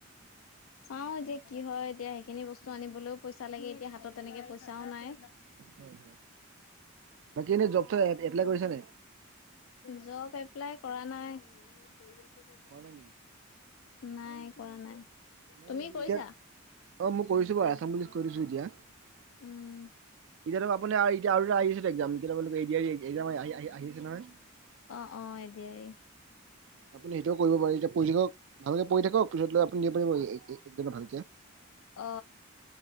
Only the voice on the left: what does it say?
চাও এতিয়া কি হয় এতিয়া সেইখিনি বস্তু আনিবলৈ। পইচা লাগে এতিয়া হাতত তেনেকে পইচাও নাই।
জব এপ্লাই কৰা নাই। নাই
কৰা নাই
তুমি
কৰিছা।
উম
অ অ এডিআৰি
অ